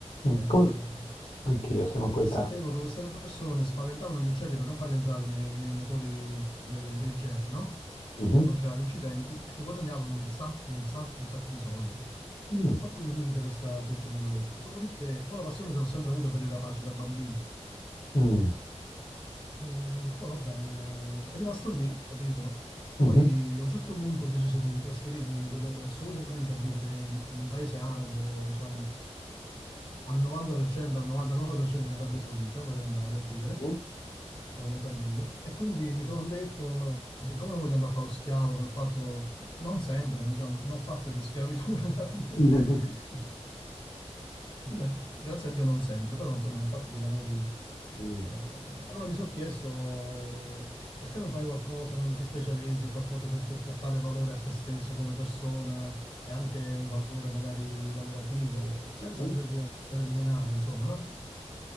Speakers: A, on the left (about 85°); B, on the left (about 45°).
A: mm,
B: eh,
A: come- anch'io, siamo coetanei.
B: e sapevo che queste persone spaventavano gli uccelli per non farli entrare nei, nei motori de- dei jet, no?
A: Mhm,
B: Per non creare incidenti, e che guadagnavano un sacco, un sacco, un sacco di soldi.
A: mm,
B: E qualcuno mi mise questa pulce nell'orecchio. Dopodiché, poi la passione ce l'ho sempre avuta per i rapaci da bambino.
A: mm,
B: E poi, vabbè, è rimasto lì, capito? Poi
A: mhm,
B: a un certo punto ho deciso di trasferirmi, voglio andare assolutamente a vivere in in un paese arabo, diciamo, al 90%, al 99% in Arabia Saudita, vorrei andare a vivere
A: mhm,
B: con la mia famiglia. E quindi mi sono detto, siccome non voglio andare a fare lo schiavo, che l'ho fatto non sempre, ma diciamo, ne ho fatte di schiavitù nella vita.
A: mhm,
B: <laughs>
A: mhm,
B: Per- grazie a Dio non sempre, però insomma ne ho fatti di lavori.
A: mhm,
B: eh, allora mi sono chiesto, perché non fai qualcosa, non ti specializzi in qualcosa che può portare valore a te stesso come persona? e anche un valore magari lavorativo, senza
A: mhm.
B: voler diventare milionario, insomma, no?